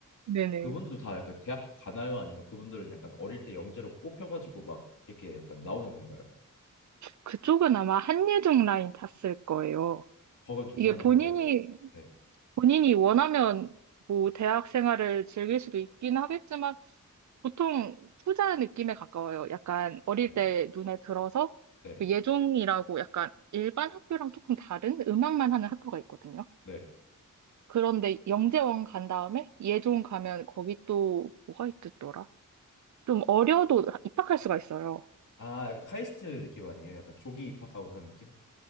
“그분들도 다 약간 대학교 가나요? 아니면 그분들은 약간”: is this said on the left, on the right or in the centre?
Left